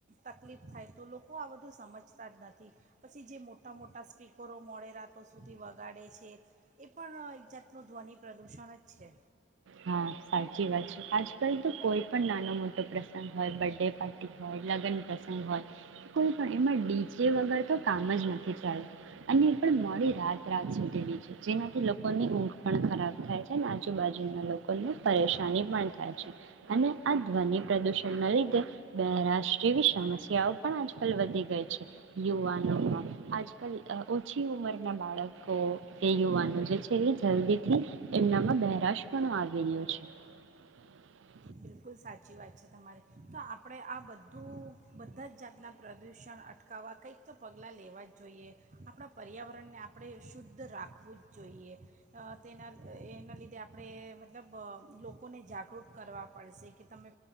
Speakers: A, on the right; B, on the right.
A: તકલીફ થાય તો લોકો તો આ બધું સમજતા જ નથી પછી જે મોટા મોટા સ્પીકરો મોડે રાતો સુધી વગાડે છે. એ પણ એક જાતનું ધ્વનિ પ્રદૂષણ જ છે.
B: હા સાચી વાત છે આજ કલ તો કોઈ પણ પણ નાનો મોટો પ્રસંગ હોય બર્થડે પાર્ટી હોય. લગ્ન પ્રસંગ હોય. એમાં ડીજે વગર તો કામ જ નથી ચાલું અને પણ મો મોડી રાત રાત સુધી ડીજે જેનાથી લોકોની ઊંઘ પણ ખરાબ થાય છે. આજુબાજુના લો લોકોને પરેશાની પણ થાય છે. અને આ ધ્વનિ પ્રદૂષણના લીધે બહેરાશ જેવી સમસ્યાઓ પણ આજકાલ વધી ગઈ છે. યુવાનોમાં આજકાલ અ ઓછી ઉંમરના બાળકો કે યુવાનો જે છે. એ જલ્દીથી એમનામાં બહેરાશ પણ આવે. <unintelligible>
A: બિલકુલ સાચી વાત છે. તમારે તો આપણે આ બધું બધા જ જાતનાં પ્રદૂષણ અટકાવવા કંઈક તો પગલાં લેવા જ જોઈએ આપણા પર્યાવરણને આપણે શુદ્ધ રાખવું જ જોઈએ અ‌ તેના એના લીધે આપણે મતલબ અ લોકોને જાગૃત કરવા. પડશે કે તમે